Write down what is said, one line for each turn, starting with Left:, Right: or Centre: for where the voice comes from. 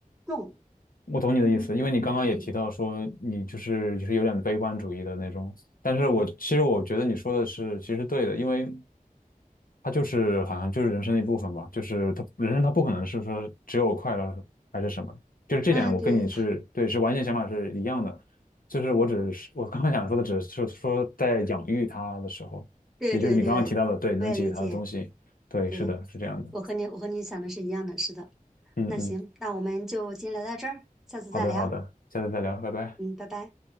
Centre: 重。
Left: 我懂你的意思，因为你刚刚也提到说你就是就是有点悲观主义的那种，
Centre: 嗯
Left: 但是我其实我觉得你说的是其实对的，因为它就是好像就是人生的一部分吧，就是它人生它不可能是说只有快乐还是什么，就是这点我跟你是对是完全想法是一样的，
Centre: 嗯，对 <laughs>
Left: 就是我只是我刚刚想说的只是说在养育它的时候，
Centre: 对对对，
Left: 也就是你刚刚提到的，对，能给予它的东西，
Centre: 我也理解。
Left: 对，
Centre: 对，
Left: 是的，是这样的，
Centre: 我和你我和你想的是一样的，是的。
Left: 嗯嗯，
Centre: 那行，那我们就今天聊到这儿，下次再聊。
Left: 好的好的，下次再聊，拜拜。
Centre: 嗯，拜拜。